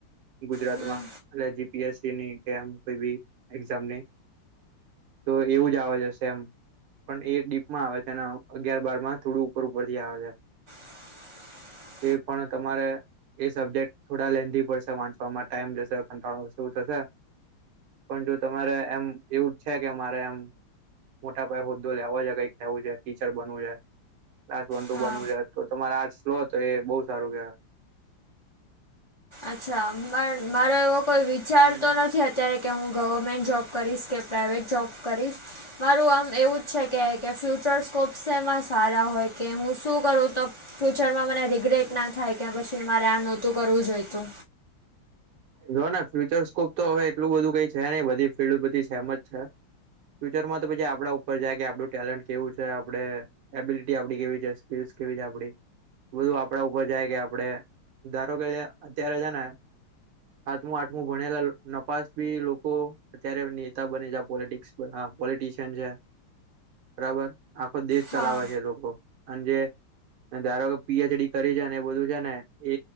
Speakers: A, on the right; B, on the left.
A: ગુજરાતમાં
B: હમ
A: એટ જીપીએસસી ની કેમ કોઈ બી એક્ઝામની. તો એવું જ આવે છે સેમ પણ એ ડીપ માં આવે છે અને અગિયાર બાર માં થોડું ઉપર ઉપર થી આવે છે.
B: <inaudible>
A: એ પણ તમારે એ સબ્જેક્ટ થોડા લેન્ધી પડશે વાંચવામાં ટાઈમ જશે. કવું થશે પણ જો તમારે એમ એવું છે કે મારે એમ મોટા પાયે હોદ્દો લેવો છે કઈક લેવું છે ટીચર બવું જો છે. ક્લાસ વન ટુ
B: હા
A: બનવું છે તો તમારે આર્ટસ લો તો એ બહ સારું કેહેવાય.
B: અચ્છા પણ મારો એવો કોઈ વિચાર
A: હમ
B: તો નથી અત્યારે કે હું ગવર્મેન્ટ જોબ કરીશ. કે પ્રઇવેટ જોબ
A: જો
B: કરીશ મારું આમ એવું જ છે કે ફ્યુચર સ્કોપ સેમા સારા હોય કે હું શું કરું તો ફ્યુચરમાં મને રિગ્રેટ ના થાય કે પછી મારે આ નહોતું તું કરવું જોઈએ તો.
A: જો ને ફ્યુચર સ્કોપ તો હવે એટલું બધું કઈ છે નહી બધી ફિલ્ડ બધી ફેમ જ છે. ફ્યુચર માં તો પછી આપડા ઉપર જાય કે આપડું ટેલેન્ટ કેવું છે આપડે એબિલિટી આપડી કેવી છે સ્પસ કેવી છે આપડી બધું આપડા ઉપર જાય કે આપડે ધારો કે અત્યારે છેને હાથમું આઠમું ભણેલા નપાસ બી લોકો અત્યારે નેતા બને જ પોલટસ પોલિટશિયન છે બરાબર. આખો દેશ
B: હા
A: ચલાવે છે લોકો. અન જે ધારો કે પી એચ ડી કરી છે ને એ બધું છે ને. એ